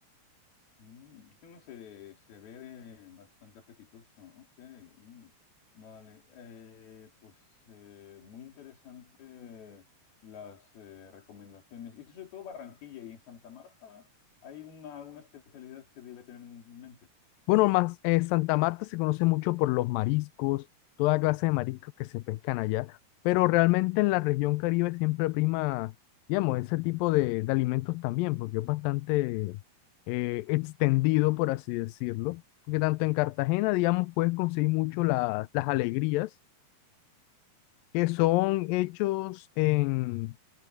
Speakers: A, on the left; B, on the left.
A: Mm, eso no se, se ve eh, bastante apetitoso. Ok, mm, vale. Eh, pues eh, muy interesante las eh, recomendaciones. Y sobre todo Barranquilla y en Santa Marta hay una, una especialidad que debe tener en mente.
B: Bueno, más eh, Santa Marta se conoce mucho por los mariscos, toda clase de mariscos que se pescan allá, pero realmente en la región Caribe siempre prima, digamos, ese tipo de, de alimentos también, porque es bastante eh, extendido, por así decirlo, porque tanto en Cartagena, digamos, puedes conseguir mucho la- las alegrías que son hechos en